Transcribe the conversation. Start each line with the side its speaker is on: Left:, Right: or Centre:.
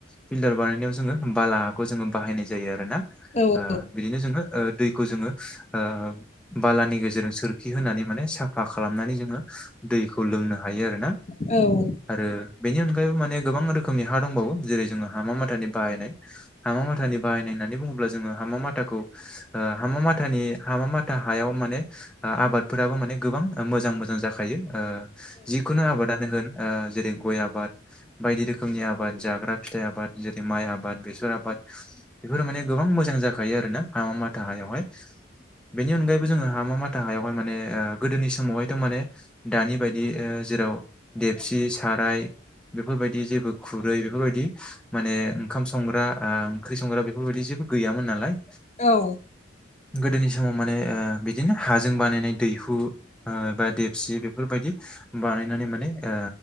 Centre: फिल्टार बानायनायाव जोङो बाला हाखौ जोङो बाहायनाय जायो आरोना
Left: औ
Centre: ओ बिदिनो जोङो दैखौ जोङो ओ बालानि गेजेरजों सोरखि होनानै माने साफा खालामनानै जोङो दैखौ लोंनो हायो आरो ना।
Left: औ
Centre: आरो बेनि अनगायैबो माने गोबां रोखोमनि हा दंबावो जेरै जोङो हामा माथानि बाहायनाय हा हामा माथानि बाहायनाय होननानै बुङोब्ला जोङो हामा माथाखौ ओ हामा माथानि हामा माथा हायाव माने ओ आबादफोराबो माने गोबां मोजां मोजां जाखायो ओ जिखुनु आबादनो होन। ओ जेरै गय आबाद, बायदि रोखोमनि आबाद, जाग्रा फिथाइ आबा, द जेरै माइ आबाद, बेसर आबाद बेफोर माने गोबां मोजां जाखायो आरोना हामा माथा हायावहाय। बेनि अनगायैबो जोङो हामा माथा हायावहाय माने ओ गोदोनि समावहायथ' माने दानि बायदि जेराव देबसि साराय बेफोरबायदि जेबो खुरै बेफोरबायदि माने ओंखाम संग्रा आ ओंख्रि संग्रा बेफोरबायदि जेबो गैयामोन नालाय।
Left: औ
Centre: गोदोनि समाव माने ओ बिदिनो हाजों बानायनाय दैहु बा देपसि बेफोरबायदि बानायनानै माने ओ